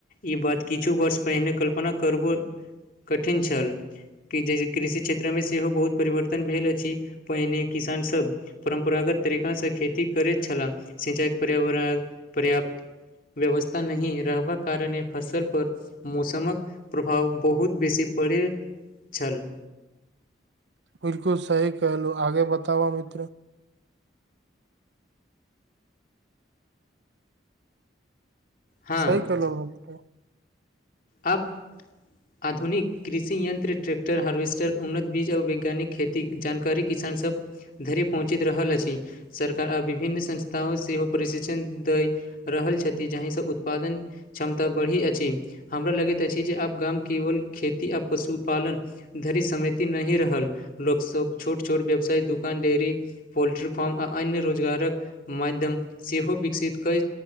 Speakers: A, on the left; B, on the right.
A: ई बात किछु वर्ष पहिने कल्पना करबो कठिन छल कि जैसे कृषि क्षेत्रमे सेहो बहुत परिवर्तन भेल अछि पहिने किसानसभ परम्परागत तरीकासँ खेती करैत छललाह सिंचाई पर्यावरण पर्य व्यवस्था नहि रहबाक कारणे फसल पर मौसमक प्रभाव बहुत बेसी पढ़ै छल
B: बिल्कुल सही कहलहु आगे बतावब मित्र
A: हँ,
B: सही कहलो दम तऽ
A: आब आधुनिक कृषि यन्त्र ट्रैकटर हार्वेस्टर उन्नत बीज आ वैज्ञानिक खेती जानकारी किसान सब धरि पहुँचैत रहल अछि सरकार आ विभिन्न संस्था सेहो प्रशिक्षण दै रहल छथि जहिसँ उत्पादन क्षमता बढ़ी अछि हमरा लगैत अछि जे आब गाम केवल खेती आ पशुपालन धरि समतिि नहि रहल लोकसभ छोट छोट व्यवसाय दुकान डेयरी पोल्ट्री फार्म आ अन्य रोजगारक माध्यम सेहो विकसित कऽ